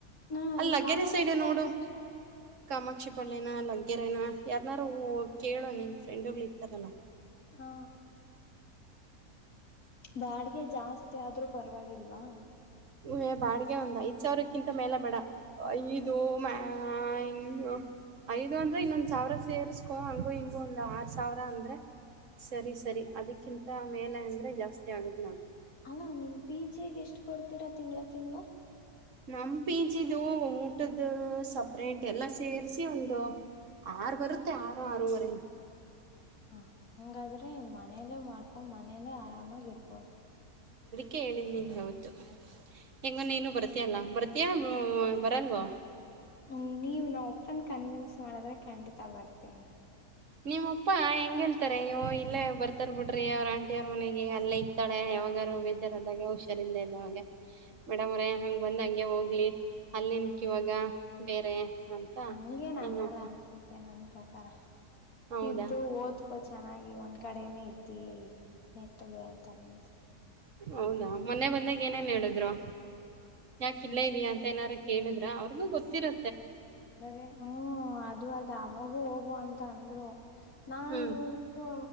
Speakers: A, on the left; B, on the right.
A: ನಾ
B: ಅ
A: ಇಲ್ಲಿ
B: ಲಗ್ಗೇರೆ
A: ಕಾಮಾಕ್ಷಿ
B: ಸೈಡ್
A: ಪಾಳ್ಯದ
B: ನೋಡು ಕಾಮಾಕ್ಷಿ ಪಳ್ಳಿನ ಲ ಯರಾನಾ ಯಾರನಾರು ಕೇಳು ನಿನ್ ಫ್ರೆಂಡುಗಳು ಇತಾರಲ್ಲ.
A: ಹಾ ಬಾಡಿಗೆ ಜಾಸ್ತಿ ಆದ್ರು ಪರವಾಗಿಲ್ವಾ.
B: ಹೇ ಬಾಡಿಗೆ ಒಂದ್ ಐದ್ ಸಾವಿರಕ್ಕಿಂತ ಮೇಲೆ ಬೇಡ. ಐದು ಮಾ ಇನ್ನು. ಐದು ಅಂದ್ರೆ ಇನ್ನೊಂದ್ ಸಾವಿರ ಸೇರ್ಸ್ಕೊ ಹಂಗು ಹಿಂಗೊ ಒಂದ್ ಆರ್ ಸಾವಿರ ಅಂದ್ರೆ. ಸರಿ ಸರಿ ಅದಕ್ಕಿಂತ ಮೇಲೆ ಅಂದ್ರೆ ಜಾಸ್ತಿ ಆಗತ್ ನೋಡ್.
A: ಅಲ್ಲ ನಿಮ್ ಪಿಜಿಗ್ ಎಷ್ಟ್ ಕೊಡ್ತೀರಾ ತಿಂಗ್ಳ ತಿಂಗ್ಳ.
B: ನಮ್ ಪಿಜಿದು ಊಟದ್ದು ಸಪ್ರೇಟ್ ಎಲ್ಲಾ ಸೇರಿಸಿ ಒಂದು. ಆರ್ ಬರುತ್ತೆ ಆರೂ ಆರವರೆನೂ.
A: ಹಾ ಹಂಗಾದ್ರೆ ಇನ್ ಮನೇಲ್ಲೇ ಮಾಡ್ಕೊಂಡ್ ಮನೇಲ್ಲೇ ಆರಾಮಾಗಿ ಇರ್ಬೋದು.
B: ಕೇಳಿದ್ದ ನಿನ್ಗ್ವತ್ತು. ಹೆಂಗಂದ ನೀನು ಬರ್ತಯಲ್ಲ ಬರ್ತಯ <unintelligible> ಬರಲ್ವಾ.
A: ಹ್ಮ್ ನೀವ್ ನ ಒಪ್ಪನ್ ಕನ್ವಿನ್ಸ್ ಮಾಡದ್ರೆ ಖಂಡಿತ ಬರ್ತೀನಿ.
B: ನಿಮ್ಮಪ್ಪಾ ಹೆಂಗ ಹೇಳ್ತಾರೆ ಇ್ಯೋ ಇಲ್ಲೇ ಬರ್ತಾರ ಬಿಡ್ರಿ ಅವ್ರ ಆಂಟಿ ಅವ್ರ ಮನೆಗೆ ಅಲ್ಲೇ ಇತಾಳೆ. ಯಾವಾಗಾರು ಬೇಜಾರಾದಾಗ ಹುಷರಿಲ್ದೆರೊವಗ. ಮೇಡಮ್ ಅವ್ರ ಹಂಗ್ ಬಂದ್ ಹಂಗೆ ಹೋಗ್ಲಿ ಅಲ್ಲೇನಕ್ ಇವಾಗ ಬೇರೆ. ಅಂತ
A: ಹಂಗೆನ್ ನನ್ನಲ್ಲ
B: ನಿಮ್ಮಪ್ಪ
A: ಅನ್ಸುತ್ತೆ ನನ್ ಪ್ರಕಾರ‌.
B: ಹೌದಾ
A: ಇದ್ದು ಓದ್ಕೊ ಚೆನ್ನಾಗಿ ಒಂದ್ ಕಡೆನೇ ಇದ್ದಿ. ನೆಟ್ಟಗೆ ಅಂತಾರೆ ಅನ್ಸುತ್ತೆ.
B: ಹೌದಾ ಮೊನ್ನೆ ಬಂದಾಗ ಏನೇನ್ ಹೇಳಿದ್ರು. ಯಾಕ ಇಲ್ಲೆ ಇದಯಾ ಅಂತ ಏನಾರು ಕೇಳಿದ್ರ ಅವ್ರಿಗೂ ಗೊತ್ತಿರು
A: ಅಂದರೆ ಹ್ಮ್ ಅದು ಅದ ಅವಾಗೂ ಹೋಗುವ ಅಂತ ಅಂದ್ರು ನಾ
B: ಹ್ಮ್
A: ಇವು